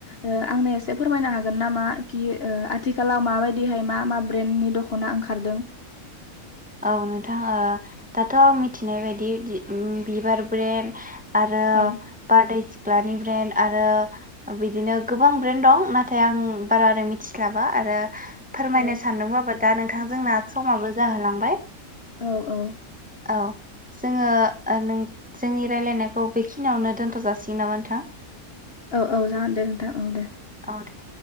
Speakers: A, on the left (about 45°); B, in the centre.
A: ओ आंनि। एसे फोरमायनो हागोन नामा कि ओ आथिखालाव माबायदिहाय मा-मा? ब्रेन्डनि दख'ना ओंखारदों?
B: औ नोंथां ओ दाथ' आं मिथिनाय बायदि बि ओम बिबार ब्रेन्ड। आरो
A: औ
B: बारदै सिख। सिख्लानि ब्रेन्ड आरो बिदिनो गोबां ब्रेन्ड दं नाथाय आं बारा आरै मिथिस्लाबा आरो। फोरमायनो
A: औ
B: सानदोंबाबो दा नोंथां जोंना समाबो। जाहोलांबाय
A: औ-औ।
B: औ जोङो ओ नों जोंनि रायलायनायखौ बेखिनियावनो दोनथ जाासिगोन नामा नोंथां?
A: औ-औ जागोन दे नोंथां औ दे।
B: अ दे।